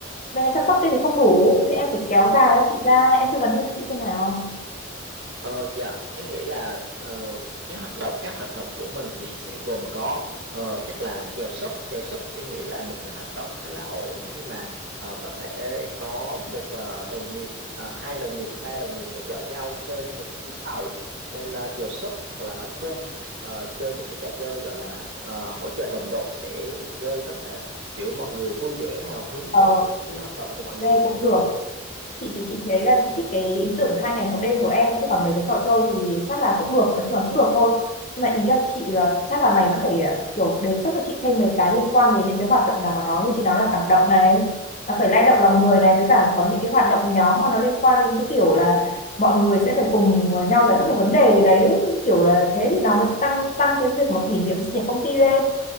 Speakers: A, on the left; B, on the right.
A: mấy cái chăm sóc kia thì không đủ. Thế em phải kéo dài cho chị ra, em tư vấn thêm cho chị xem nào.
B: Ờ dạ em nghĩ là ờ, cái hoạt động các hoạt động của mình thì sẽ gồm có ờ, chắc là chèo súp chèo súp em nghĩ là một cái hoạt động khá là ổn khi mà ờ, có thể có một ờ, đồng nghiệp ờ, hai đồng nghiệp ba đồng nghiệp hỗ trợ nhau trên một chuyến tàu nên ờ, chèo súp hoặc là bắn cung ờ, chơi những cái trò chơi gọi là ờ, hỗ trợ đồng đội sẽ gây có thể kiểu mọi người vui vẻ hào hứng
A: Ờ,
B: với những cái hoạt động của mọi người
A: nghe cũng được. Chị thì chị thấy là chị thích cái ý tưởng hai ngày một đêm của em chứ còn mấy cái trò chơi thì chắc là cũng được, nói chung là cũng được thôi. Nhưng mà ý là chị
B: dạ
A: ờ, chắc là mày vẫn phải ờ, kiểu đề xuất cho chị thêm mấy cái liên quan đến những cái hoạt động nào mà nó như chị nói là cảm động này, nó phải lay động lòng người này với cả có những cái hoạt động nhóm mà nó liên quan đến cái kiểu là mọi người sẽ phải cùng nhau giải quyết một vấn đề gì đấy kiểu là thế thì nó mới sẽ tăng tăng cái việc mà kỷ niệm sinh nhật công ty lên